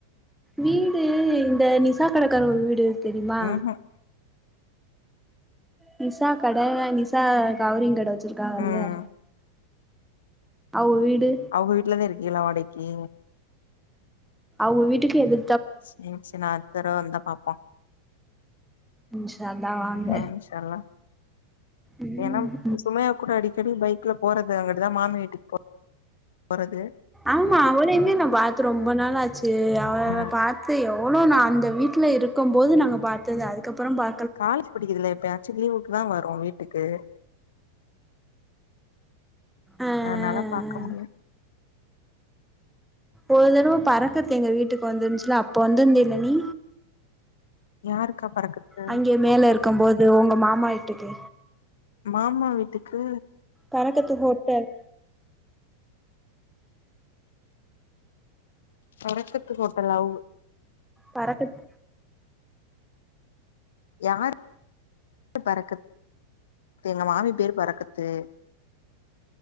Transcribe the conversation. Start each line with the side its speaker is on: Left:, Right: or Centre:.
Centre: வீடு இந்த நிசா கடக்காரர் வீடு தெரிமா?
Left: ம்ஹூம்
Centre: நிசா கட நிசா கவுரிங் கட வெச்சிருக்காங்கள்ல.
Left: ம்
Centre: அவுக வீடு.
Left: அவுங்க வீட்லதா இருக்கிகளா வாடைக்கி?
Centre: அவுக வீட்டுக்கு எது
Left: சே சே நா அடுத் தடவ வந்தா பாப்போ.
Centre: இன்ஷா அல்லா வாங்க
Left: ம் சொல்லு.
Centre: ம்
Left: ஏனாப் சுமையா கூட அடிக்கடி பைக்ல போறது அங்குட்டுதா மாமி வீட்டுக் போ றது.
Centre: ஆமா அவளையுமே நா பாத்து ரொம்ப நாளாச்சு அவ
Left: ஆ
Centre: பாத்த எவ் ளோ நா அந்த வீட்ல இருக்கு போது நாங்க பாத்தது அதுக்கப்புறோ பா
Left: காலேஜ் படிக்குறதில எப்பயாச்சு லீவுக்கு தா வரு வீட்டுக்கு
Centre: ஆ ஆ
Left: அதனால பாக்க
Centre: ஆ
Left: முடியாது
Centre: ஒரு தடவ பறக்கற எங்க வீட்டுக்கு வந்துருந்துச்சுல அப்ப வந்திருந்தேல நீ
Left: யாருக்கா பறக்கறது
Centre: அங்கே மேல இருக்கும் போது உங்க மாமா வீட்டுக்கு
Left: மாமா வீட்டுக்கு
Centre: பரக்கத்து ஹோட்டல்
Left: தொடக்கத்து ஹோட்டலவ்
Centre: பரக்கத்
Left: யார் பரக்கத் எங்க மாமி பேர் பரக்கத்து